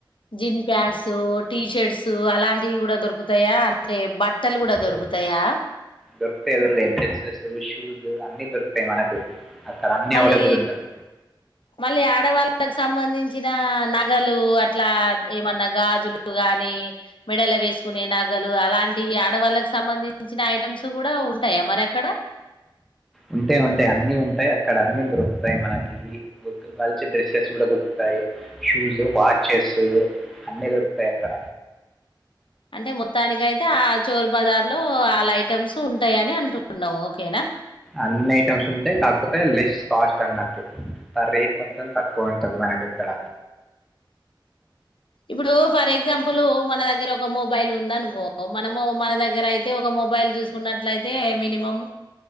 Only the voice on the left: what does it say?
జీన్ ప్యాంట్ సు టీషర్ట్స్ అలాంటివి కూడా దొరుకుతాయా అంటే బట్టలు కూడా
దొరుకుతాయా
మళ్ళీ
మళ్ళీ ఆడవాళ్ళ కు సంబంధించిన నగలు అట్లా ఏమన్నా గాజులు గానీ మెడల్ లో వేసుకునే నగలు అలాంటి ఆడవాళ్ళకి సంబంధించిన ఐటమ్స్ కూడా ఉంటాయా మరి అక్కడ
అంటే మొత్తానికి అయితే ఆ చోరు బజార్ లో వాళ్ళ ఐటెమ్స్ ఉంటాయి అని అంటుంటున్నావు ఓకేనా
ఇప్పుడు ఫర్ ఎగ్జాంపుల్ మన దగ్గర ఒక మొబైల్ ఉంద అనుకో మనము మన దగ్గర అయితే ఒక మో మొబైల్ చూసుకున్నట్లయితే మినిమం